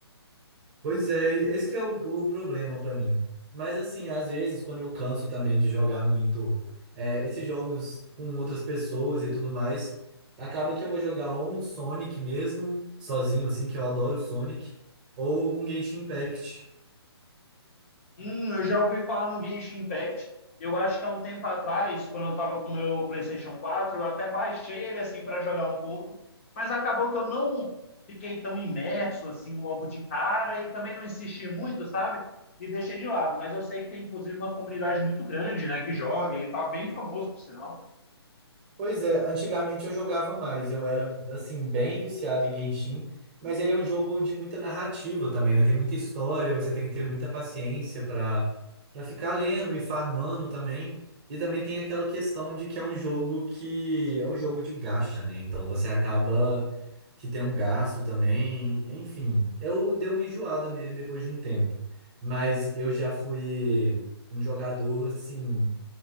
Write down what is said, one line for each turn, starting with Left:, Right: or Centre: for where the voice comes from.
Right: Pois é, esse que é o, o problema pra mim. Mas assim, às vezes, quando eu canso também de jogar muito é, esses jogos com outras pessoas e tudo mais, acaba que eu vou jogar ou um Sonic mesmo, sozinho, assim, que eu adoro Sonic, ou um Genshin Impact.
Left: Hum, eu já ouvi falar no Genshin Impact. Eu acho que há um tempo atrás, quando eu tava com o meu PlayStation 4, eu até baixei ele assim para jogar um pouco, mas acabou que eu não fiquei tão imerso assim logo de cara e também não insisti muito, sabe? E deixei de lado, mas eu sei que tem inclusive uma comunidade muito grande, né, que joga, ele tá bem famoso, por sinal.
Right: Pois é, antigamente eu jogava mais, eu era assim bem viciado em Genshin, mas ele é um jogo de muita narrativa também, né? Tem muita história, você tem que ter muita paciência para para ficar lendo e farmando também. E também tem aquela questão de que é um jogo que é um jogo de gacha, né? Então você acaba que tem um gasto também, enfim. Eu dei uma enjoada nele depois de um tempo, mas eu já fui um jogador assim